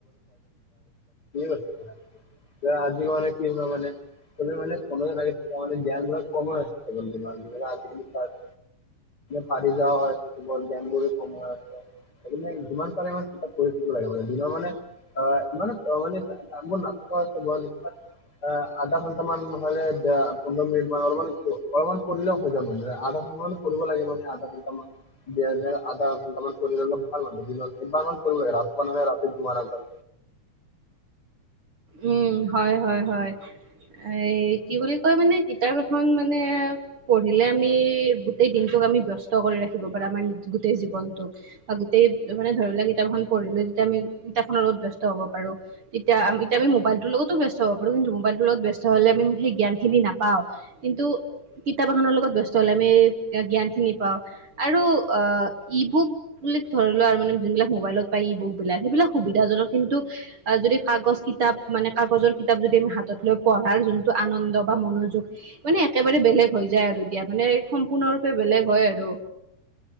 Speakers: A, on the left; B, on the right.
A: <unintelligible> দিয়া আজিক মানে কি হয় মানে কোনেও মানে কোনো <unintelligible> মান জ্ঞানবিলাক কম হয় আজিকালি <unintelligible> পাৰি যাওঁ কেৱল গেম বোৰো সময় আছে। সেইদিনে যিমান পাৰে ইমান কিতাপ পঢ়ি থাকিব লাগে মানে দিনৰ মানে <unintelligible> অ আধা ঘন্টা মান নহলে পোন্ধৰ মিনিট মান অলপমান অলপমান পঢ়িলেও হৈ যাম মানে। আধা সমান পঢ়িব লগে মানে আধাঘণ্টা মান। দিয়া যে আধা ঘণ্টা মান পঢ়িললে ভাল মানে দিনত একবাৰমান পঢ়িব লাগে, ৰাতিপুৱা নহ'লে ৰাতি শুৱাৰ আগত
B: উম হয় হয় হয়। এই কি বুলি কয় মানে কিতাপ এখন মানে পঢ়িলে আমি গোটেই দিনটোক আমি ব্যস্ত কৰি ৰাখিব পাৰা মানে আমাৰ গোটেই জীৱনটোক। বা গোটেই মানে ধৰি লোৱা কিতাপখন পঢ়িলো যেতিয়া আমি কিতাপ খনৰ লগত ব্যস্ত হব পাৰো। এতিয়া আমি তেতিয়া আমি মোবাইলটোৰ লগতো ব্যস্ত হ'ব পাৰো কিন্তু মোবাইলটোৰ লগত ব্যস্ত হলে আমি সেই জ্ঞানখিনি নাপাওঁ কিন্তু কিতাপ এখনৰ লগত ব্যস্ত হলে আমি জ্ঞান খিনি পাওঁ আৰু আহ ই বুক বুলিক ধৰি লোৱা আৰু মানে যোনবিলাক মোবাইলত পায় ই বুক বিলাক সেইবিলাক সুবিধাজনক কিন্তু অ যদি কাগজ কিতাপ মানে কাগজৰ কিতাপ যদি আমি হাতত লৈ পঢ়াৰ যোনটো আনন্দ বা মনোযোগ মানে একেবাৰে বেলেগ হৈ যায় আৰু দিয়া মানে সম্পূৰ্ণৰূপে বেলেগ হয় আৰু